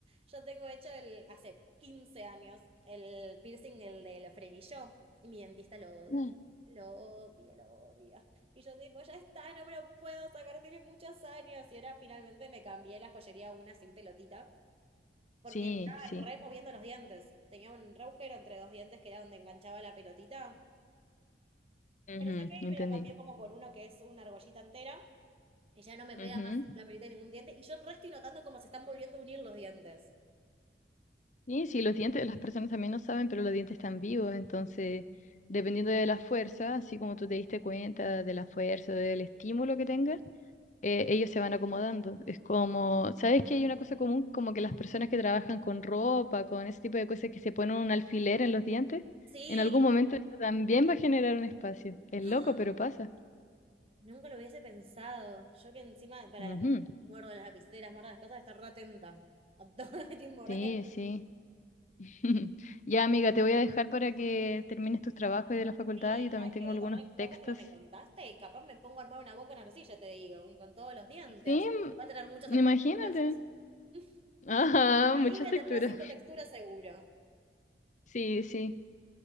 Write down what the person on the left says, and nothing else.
Ah.
Sí,
sí,
Ujú,
entendí.
Ujú.
Y sí, los dientes, las personas también no saben, pero los dientes están vivos, entonces, dependiendo de la fuerza, así como tú te diste cuenta de la fuerza, del estímulo que tengas, eh, ellos se van acomodando. Es como, ¿sabes que hay una cosa común? Como que las personas que trabajan con ropa, con ese tipo de cosas que se ponen un alfiler en los dientes,
en algún momento eso también va a generar un espacio. Es
loco,
pero pasa.
Ujú.
Sí, sí. <laughs> Ya, amiga, te voy a dejar para que termines tus trabajos de la facultad.
Yo también
tengo
algunos
textos
Sí,
mm, imagínate.
Ajá,
muchas
texturas.
Sí, sí.